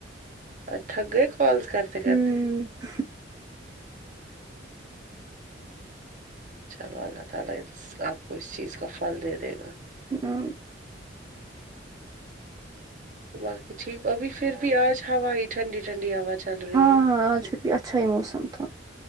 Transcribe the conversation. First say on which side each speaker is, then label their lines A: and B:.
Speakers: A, on the right; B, on the right.
A: اج تھک گے کالس کرتے
B: تھی
A: کرتے چلو اللہ تعالی آپ کو اس چیز کا پھل دے دے گا
B: ہ
A: باقی ٹھیک ابھی پھر بھی آج ہوا ہی ٹھنڈی ٹھنڈی ہوا چل رہی
B: ہاں
A: ہے
B: ہاں آج پھر بھی اچھا ہی موسم تھا